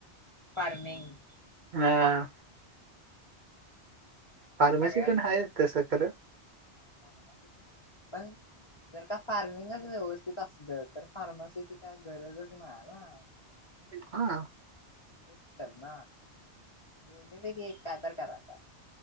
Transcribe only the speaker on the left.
फारमिंग
सगळ्यात
हा पारला सुण आहे पण जर का फार्मिंगच व्यवस्थित असलं तर फार्मसीची काय गरजच नाही ना
तेच तर ना दोन्ही पैकी एक काय तर करायचा